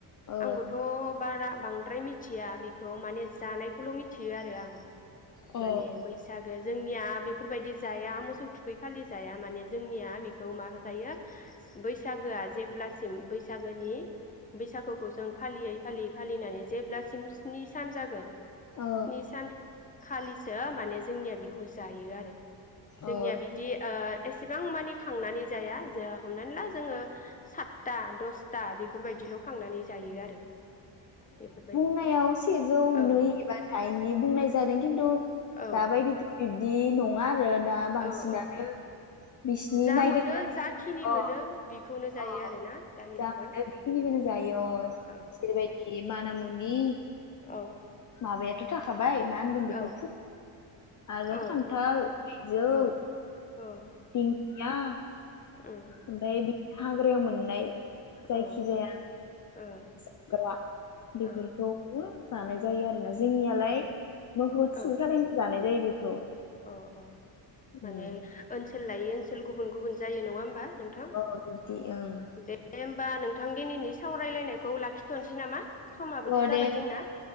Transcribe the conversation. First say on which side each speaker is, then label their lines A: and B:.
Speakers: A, on the left; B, on the left.
A: औ
B: आंबोथ' बारा बांद्राय मि थिया बिखौ माने जानायखौल' मिथियो आरो आं।
A: औ
B: माने बैसाग ए जोंनिया बेफोरबायदि जाया मोसौ थुखै खालि जाया माने जोंनि बेखौ मा जायो बैसागोआ जेब्लासिम बैसागोनि बैसागोखौ फालियै फालियै फालिनानै जेब्ला सिम स्नि सान जागोन
A: औ
B: स्नि सानखालिसो माने जोंनिया बेखौ जायो आरो। जोंनिया
A: औ
B: बिदि ओह एसेबां मानि खांनानै जाया जोंहा हमनानै ला जोङो सातथा दसथा बेफोरबायदिल' खांनानै जायो आरो बेफोरबाय
A: नायाव सेजौ
B: औ
A: नै एबा दाइननि बुंनाय जादों खिन्थु।
B: औ
A: दाबायदि <unintelligible> जि नं नङा आरो दा बांसिनानो
B: औ औ
A: बिसिनि
B: जा
A: नायगिरनानै
B: मोनो जाखिनि
A: अह।
B: मोनो बेखौनो जायो
A: अ
B: आरोना दानि
A: जा
B: जुगाव
A: मोनो बेखिनिखोनो जायो अ
B: औ
A: जेरैबायदि माना मुनि
B: औ
A: माबाया <unintelligible> बाय मा होनगोन बेखौ
B: औ
A: आरो
B: औ
A: खान्थाल बिजौ
B: औ औ
A: गैया
B: उम
A: ओमफाय बि हाग्रायाव मोननाय। जायखि
B: औ
A: जाया।
B: औ ओ
A: जाग्रा बेफोरखौ
B: ओ
A: बो जानाय जायो आ जोंनियालाय
B: उम
A: मोखौ थुखै
B: उम औ
A: खालिनो जानाय जायो। बेखौ
B: अ अ माने
A: उम
B: ओनस सोल लायो सोल गुबुन-गुबुन जायो नङा होमबा नोंथां
A: अ बिदि ओं
B: दे होम बा नोंथां दिनैनि सावरायलायनायखौ लाखिथ'नसै नामा? समाबोथ'
A: अ
B: जाबाय
A: दे
B: जोंना